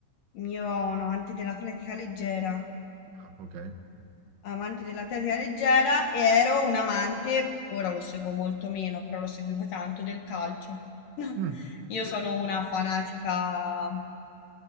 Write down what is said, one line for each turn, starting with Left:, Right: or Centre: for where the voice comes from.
Left: Io ero un amante dell'atletica leggera,
Right: Ah, ok.
Left: amante dell'atletica leggera e ero un amante, ora lo seguo molto meno, però lo seguivo tanto, del calcio. <laughs>
Right: Mm.
Left: Io sono una fanatica